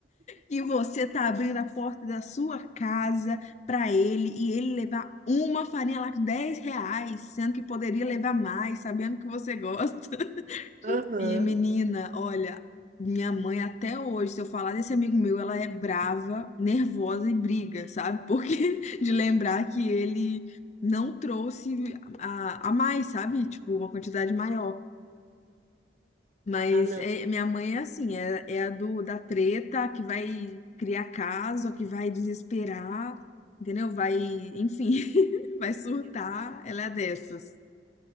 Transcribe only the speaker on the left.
E você tá abrindo a porta da sua casa para ele e ele levar uma farinha lá com 10 reais, sendo que poderia levar mais, sabendo que você gosta. <laughs>
E menina, olha, minha mãe até hoje, se eu falar desse amigo meu, ela é brava, nervosa e briga, sabe? Porque <laughs> de lembrar que ele não trouxe a, a mais, sabe? Tipo, uma quantidade maior. Mas
é- minha mãe é assim, é, é a do, da treta, a que vai criar caso, a que vai desesperar, entendeu? Vai, enfim, <laughs> vai surtar,
ela é dessas.